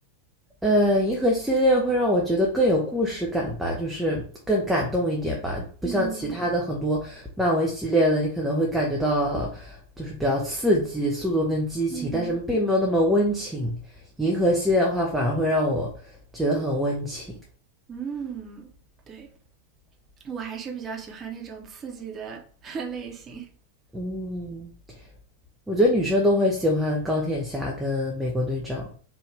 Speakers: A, in the centre; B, on the right.
A: 呃，银河系列会让我觉得更有故事感吧，就是更感动一点吧，不像其他的很多漫威系列的，
B: 嗯
A: 你可能会感觉到就是比较刺激、速度跟激情，
B: 嗯
A: 但是并没有那么温情。银河系列的话，反而会让我觉得很温情。
B: 嗯，对，我还是比较喜欢那种刺激的 <laughs> 类型。
A: 嗯。我觉得女生都会喜欢钢铁侠跟美国队长。